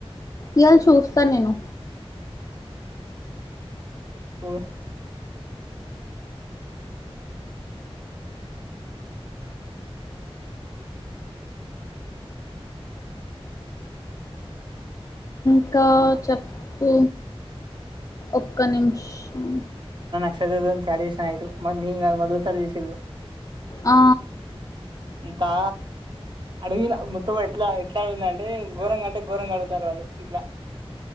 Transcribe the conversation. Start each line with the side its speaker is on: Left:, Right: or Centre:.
Left: ఇవాళ చూస్తాను నేను
Right: పోఓ
Left: ఇక్క చెప్పు ఒక్క నిమిషం
Right: కషాడ చేసాయితే మంగ్ మొదసారి తీసిల్లు
Left: ఆ
Right: ఇంతా అడిగిన మొత్తం ఎట్లా ఎట్లా అడుగుంద అంటే ఘోరంగా అంటే ఘోరంగా అడుగుతారు వాళ్ళు ఇట్లా